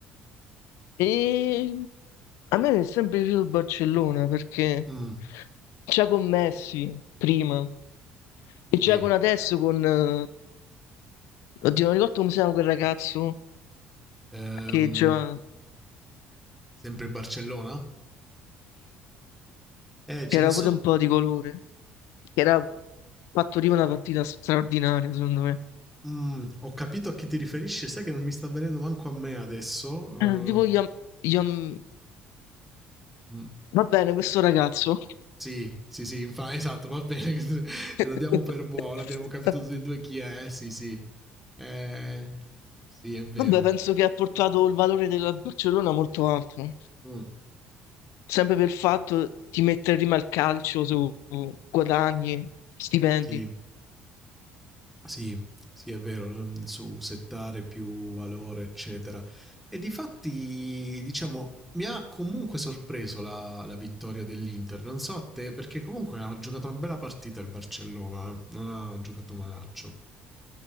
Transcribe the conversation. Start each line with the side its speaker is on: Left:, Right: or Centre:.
Left: E a me mi è sempre piaciuto il Barcellona perché
Centre: Mh,
Left: c'è con Messi prima e
Centre: sì.
Left: c'è con adesso con... eh, Oddio, non ricordo come si chiama quel ragazzo
Centre: Ehm,
Left: che già...
Centre: sempre Barcellona? Eh, ce
Left: che era
Centre: ne so
Left: pure un po' di colore, che era fatto lì una partita straordinaria, secondo me.
Centre: mhmm, ho capito a chi ti riferisci, sai che non mi sta venendo manco a me adesso.
Left: Eh, tipo, Iam- Iam-
Centre: Ehm, mh,
Left: va bene, questo ragazzo.
Centre: sì, sì, sì, infa esatto, va bene, <laughs>
Left: <laughs>
Centre: la diamo per buona, abbiamo capito tutti e 2 chi è, eh, sì, sì. Ehm, sì, è vero.
Left: Vabbè, penso che ha portato il valore della Barcellona molto alto,
Centre: Mh.
Left: sempre per il fatto di mettere prima il calcio su guadagni, stipendi.
Centre: Sì. Sì, sì, è vero, non- su settare più valore, eccetera. E difatti, diciamo, mi ha comunque sorpreso la, la vittoria dell'Inter. Non so a te, perché comunque ha giocato una bella partita il Barcellona, eh. Non ha giocato malaccio.